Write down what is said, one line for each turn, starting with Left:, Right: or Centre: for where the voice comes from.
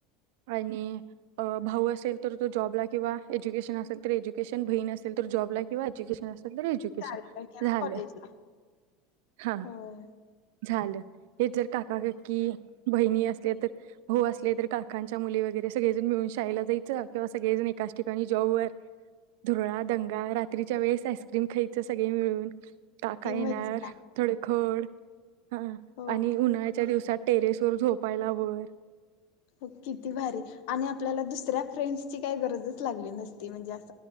Right: आणि भाऊ असेल तर तो जॉबला किंवा एज्युकेशन असेल तर एज्युकेशन बहीण असेल तर जॉबला किंवा एज्युकेशन असेल तर एजुकेशन
Left: शाळेला किंवा
Right: झालं
Left: कॉलेजला
Right: हा.
Left: होय
Right: झालं हे जर काका काकी बहिणी असल्या तर, भाऊ असले तर काकांच्या मुली वगैरे सगळेजण मिळून शाळेला जायचं, किंवा सगळेजण एकाच ठिकाणी जॉबवर धुरळा दंगा रा त्रीच्या वेळेस आईक्रीम खायचं सग ये मिळून. काका
Left: ती
Right: येणार
Left: मज्जा
Right: थोड खोड हा
Left: हो
Right: आणि उन्हाळ्याच्या दिवसात टेरेस वर झोपायला वर.
Left: हो किती भारी, आणि आपल्याला दुसऱ्या फ्रेंड्सची काही गरजच लागली नसती म्हणजे अस